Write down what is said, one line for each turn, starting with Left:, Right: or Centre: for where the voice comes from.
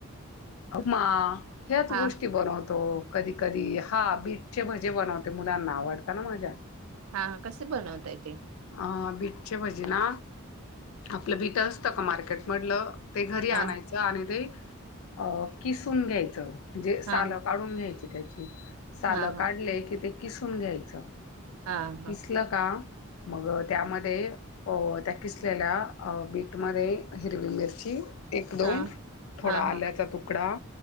Left: मा ह्याच
Right: हा
Left: गोष्टी बनव तो कधी-कधी हा बीटचे भजे बनवते मुलांना आवडता ना माझा
Right: हा कसे बनवताय तेे?
Left: अ बीटचे भजी ना आपलं बीट असतं का मार्केटमडलं ते घरी आणायचं
Right: हा
Left: आणि ते अ किसून घ्यायचं म्हणजे सालं
Right: हा हा
Left: काढून घ्यायच तिथे यायची, त्या सालं
Right: हा हा
Left: काढले कि ते किसून घ्यायचं.
Right: हा
Left: किसलं का मग त्यामध्ये अ त्या किसलेल्या बीटमध्ये हिरवी मिरची एक-दोन
Right: हा
Left: थोडा
Right: हा हा हा
Left: आल्याचा तुकडा